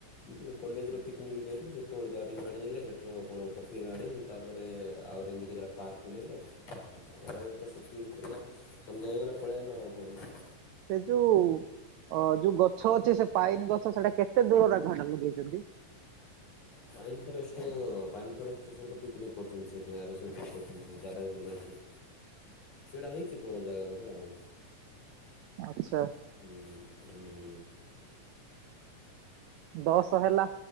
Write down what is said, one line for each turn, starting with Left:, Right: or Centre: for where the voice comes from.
Left: ଯେତେବେଳେ କଲେଜର ପିକନିକ୍ ଯାଇଥିଲୁ ସେତେବେଳେ ଦାରିଙ୍ଗବାଡ଼ି ନେ ସେଠ କଣ କଫି ଗାର୍ଡ଼େନ୍ ତାପରେ ଆଉର ଏମିତି କେତା ପାର୍କ ବୁଲେଇଲେ। ତାପରେ ତ ସେତିକି ଭିତରେ ତ ସନ୍ଧ୍ୟା ହେଇଗଲା ପଳେଇଲୁ ଆଉ।
Right: ସେ ଯୋଉ ଅ ଯୋଉ ଗଛ ଅଛି ସେ ପାଇନ ଗଛ ସେଟା କେତେ ଦୂରରେ ଘଟା ଲଗେଇଛନ୍ତି।
Left: ପାଇନ ଫରେଷ୍ଟ ପାଇନ ଫରେଷ୍ଟ ସେ ତ ପିକନିକ୍ କରୁଛନ୍ତି ସେଠି ଆଛନ୍ତି ଜାଗା ବି ଭଲ ଅଛି।
Right: <inaudible>
Left: ସେଇଟା ହେଇଛି ବଡ଼ ଜାଗା ଗୋଟେ ଆଉ।
Right: ଆଛା।
Left: ହୁଁ ହୁଁ ହୁଁ।
Right: ଦଶ ହେଲା।